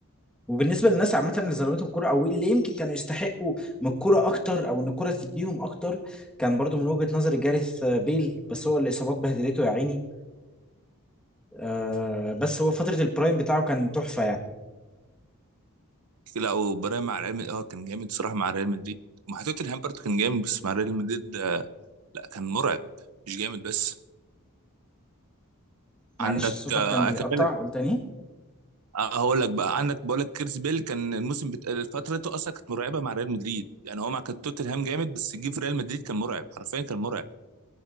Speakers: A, in the centre; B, on the right.
A: وبالنسبة للناس عامة اللي ظلمتهم الكورة او اللي يمكن كانوا يستحقوا من الكورة اكتر او ان الكورة تديهم اكتر كان برضو من وجهة نظري جاريث بيل بس هو الاصابات بهدلته يا عيني آه بس هو فترة البرايم بتاعه كان تحفة يعني
B: لا وبراهيم مع ريال مدريد اه كان جامد الصراحه مع ريال مدريد ومع توتنهام برضه كان جامد بس مع ريال مدريد آه، لا كان مرعب مش جامد بس
A: معلش
B: عندك
A: صوتك
B: آه،
A: كان بيقطع
B: اكملك
A: قول تاني
B: آه، هقول لك بقى عندك بقول لك كيرس بيل كان الموسم بت... فترته اصلا كانت مرعبه مع ريال مدريد يعني هو مع كان توتنهام جامد بس جه في ريال مدريد كان مرعب حرفيا كان مرعب